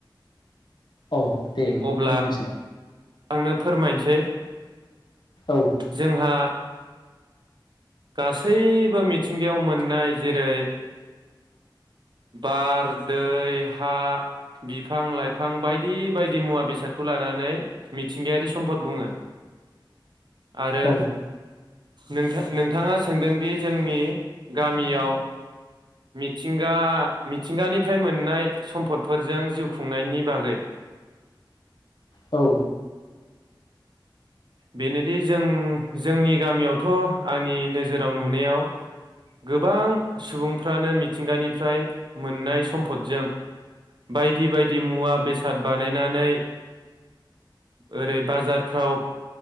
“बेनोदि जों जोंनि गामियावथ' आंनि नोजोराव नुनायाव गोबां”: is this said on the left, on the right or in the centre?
Right